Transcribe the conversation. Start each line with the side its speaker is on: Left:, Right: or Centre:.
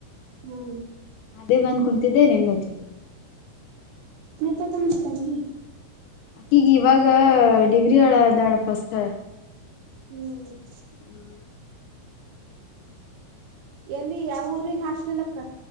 Right: ಹ್ಮ್
Left: ಅದೇ ಬಂದ ಕುಂತಿದ್ದೆ ನಿನಗ ಹಚ್ಚಿದೆ.
Right: ಮ ತಂಗಿ
Left: ಅಕೀಗ ಇವಾಗ ಡಿಗ್ರಿ ಆಳ ಅದಾಳ ಫಸ್ಟ್.
Right: ಹ್ಮ.
Left: ಹಾ
Right: ಎಲ್ಲಿ ಯಾವಊರಿಗ ಹಾಸ್ಟಲಕ್ಕ.